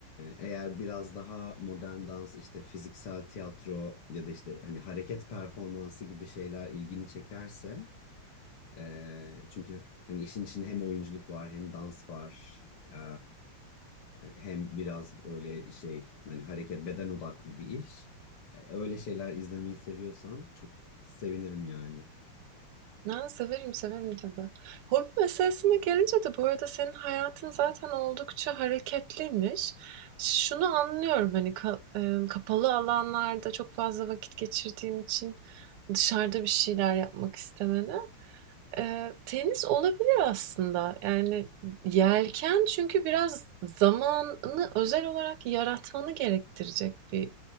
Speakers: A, on the left; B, on the right.
A: eğer biraz daha modern dans işte fiziksel tiyatro ya da işte hani hareket performansı gibi şeyler ilgini çekerse e, çünkü hani işin içinde hem oyunculuk var hem dans var. E, hem biraz böyle şey hani hareket beden odaklı bir iş. E, Öyle şeyler izlemeyi seviyorsan çok sevinirim yani.
B: A, severim, severim tabii. Hobi meselesine gelince de bu arada senin hayatın zaten oldukça hareketliymiş. Şunu anlıyorum, hani, ka emm, kapalı alanlarda çok fazla vakit geçirdiğin için dışarıda bir şeyler yapmak istemeni Eee, tenis olabilir aslında. Yani yelken çünkü biraz zamanını özel olarak yaratmanı gerektirecek bir